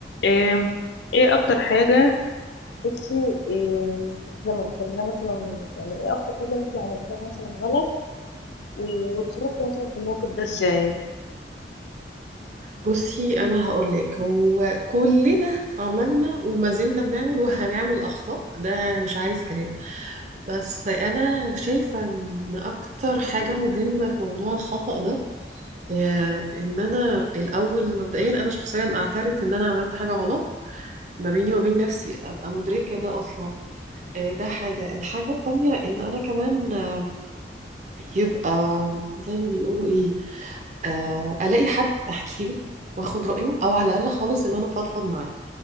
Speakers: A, on the left; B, on the right.
A: آم، ايه اكتر حاجة نفسي إيه لما كنا مثلا يعني ايه اكتر حاجه انت عملتيها مثلا غلط و- واتصرفتي مثلا في الموقف ده ازاي
B: بصي انا هقولك هو كلنا عملنا وما زلنا بنعمل وهنعمل اخطاء ده مش عايز كلام بس انا شايفه ان اكتر حاجه مهمه في موضوع الخطأ ده آه، ان انا الاول مبدئيا انا شخصيا اعترف ان انا عملت حاجه غلط ما بيني وبين نفسي ابقى مدركه ده اصلا آه، ده حاجه الحاجه التانية ان انا كمان آه، يبقى زي ما بيقولوا ايه آه، الاقي حد احكي له واخد رايه او على الاقل خالص ان انا فضفض معاه